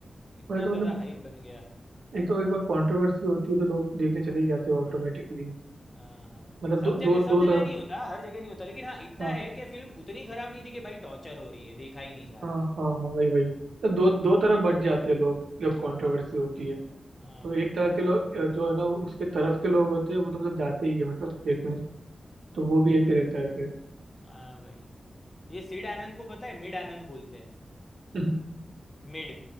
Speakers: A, on the left (about 35°); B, on the right (about 80°).
A: इतना
B: वही तो
A: ज़्यादा
B: मतलब
A: हाइप बन गया
B: एक तो एक बार कंट्रोवर्सी होती है तो लोग देखने चले ही जाते हैं ऑटोमेटिकली
A: हम्म हाँ हाँ
B: मतलब
A: सब
B: दो
A: जगह
B: दो
A: सब
B: दो
A: जगह
B: तरफ
A: नहीं होता हर जगह नहीं होता लेकिन हाँ इतना
B: हाँ
A: है कि फिल्म उतनी खराब नहीं थी कि भाई टॉर्चर हो रही है देखा ही नहीं जा रहा
B: हाँ हाँ हाँ वही वही तो दो दो तरफ बट जाते हैं लोग जब कंट्रोवर्सी होती है
A: हाँ
B: तो
A: भाई
B: एक तरह के लोग अ, जो है ना उसके तरफ के लोग होते हैं वो तो मतलब जाते ही है मतलब देखने
A: हम्म,
B: तो वो भी एक रहता है फिर
A: हाँ भाई ये सीड आनंद को पता है मिड आनंद बोलते हैं
B: <laughs>
A: मिड